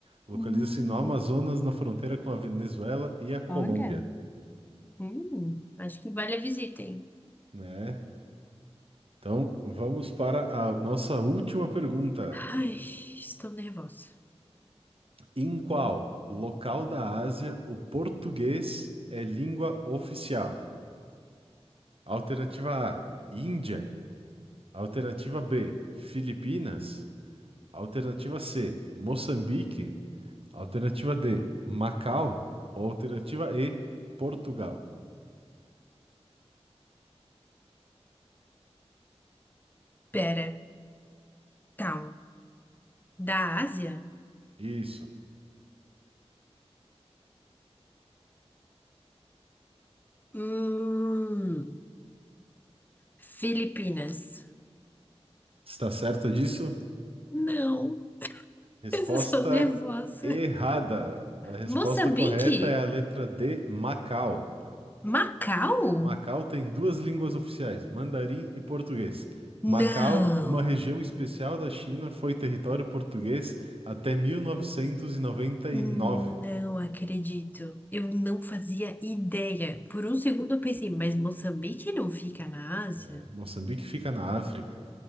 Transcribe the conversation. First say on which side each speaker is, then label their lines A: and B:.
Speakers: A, on the right (about 60°); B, on the left (about 15°).
A: Localiza-se
B: Hum,
A: no Amazonas, na fronteira com a Venezuela e a Colômbia,
B: olha. Hum, acho que vale a visita, hein?
A: né? Então, vamos para a nossa última pergunta.
B: Ai, estou nervosa.
A: Em qual local da Ásia o português é língua oficial? Alternativa A, Índia. Alternativa B, Filipinas. Alternativa C, Moçambique. Alternativa D, Macau. Alternativa E, Portugal.
B: Pera, calma. Da Ásia?
A: Isso.
B: Hum, Filipinas.
A: Está certa disso?
B: Não, <laughs>
A: Resposta
B: eu sou nervosa.
A: errada. A resposta
B: Moçambique?
A: correta é a letra D, Macau.
B: Macau?
A: Macau tem duas línguas oficiais, mandarim e português. Macau,
B: Não.
A: uma região especial da China, foi território português até 1999.
B: Não acredito. Eu não fazia ideia. Por um segundo eu pensei, mas Moçambique não fica na Ásia?
A: É, Moçambique fica na África.